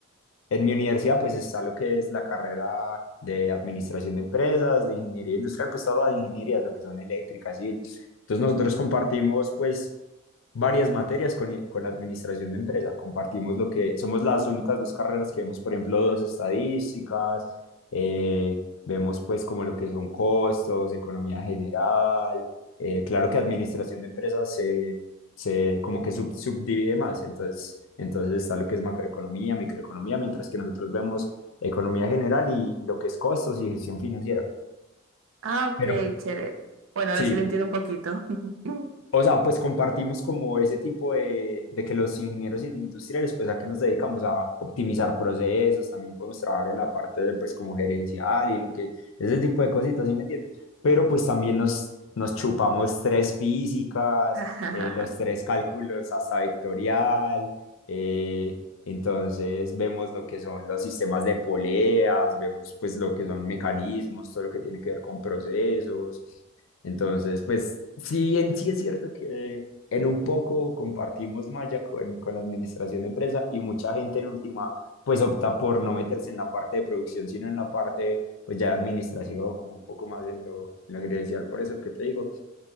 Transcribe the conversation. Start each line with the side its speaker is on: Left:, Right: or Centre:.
Left: en mi universidad, pues está lo que es la carrera de administración de empresas, de ingeniería industrial, pues todas las ingenierías, lo que son eléctricas y entonces nosotros compartimos, pues, varias materias con, con administración de empresa. Compartimos lo que somos las únicas dos carreras que vemos, por ejemplo, dos estadísticas, eh, vemos, pues, como lo que son costos, economía general. eh, claro que administración de empresas se se como que sub- subdivide más. Entonces, entonces está lo que es macroeconomía, microeconomía, mientras que nosotros vemos economía general y, y lo que es costos y gestión financiera.
Right: Ah, ok,
Left: Pero
Right: chévere. Bueno,
Left: sí,
Right: ahora sí lo entiendo un poquito. <laughs>
Left: O sea, pues compartimos como ese tipo de, de que los ingenieros industriales, pues a qué nos dedicamos a optimizar procesos, también podemos trabajar en la parte de, pues como gerencial y lo que, ese tipo de cositas, ¿sí me entiendes? Pero pues también nos, nos chupamos tres físicas,
Right: Ajajaja.
Left: eh, los tres cálculos hasta vectorial, eh, entonces vemos lo que son los sistemas de poleas, vemos pues lo que son mecanismos, todo lo que tiene que ver con procesos. Entonces, pues, si bien sí es cierto que en un poco compartimos malla con, con la administración de empresa y mucha gente en última, pues opta por no meterse en la parte de producción, sino en la parte, pues ya de administración, como un poco más en lo, en lo gerencial. Por eso que te digo,